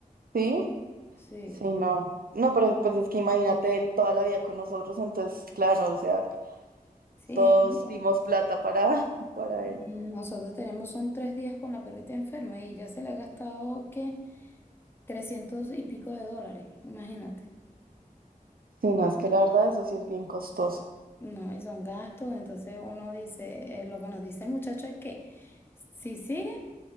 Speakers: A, on the right (about 90°); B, on the left (about 15°).
A: sí,
B: Sí.
A: sí, no. No, pero pues es que imagínate, él toda la vida con nosotros, entonces, claro, o sea,
B: Sí,
A: todos
B: es. que
A: dimos plata para, <laughs> para
B: Mm,
A: él.
B: Nosotros tenemos son tres días con la perrita enferma y ya se le ha gastado, ¿qué? trescientos y pico de dólares, imagínate.
A: Sí, no, es que la verdad eso sí es bien costoso.
B: No, y son gastos, entonces uno dice, eh, lo que nos dice el muchacho es que si sigue,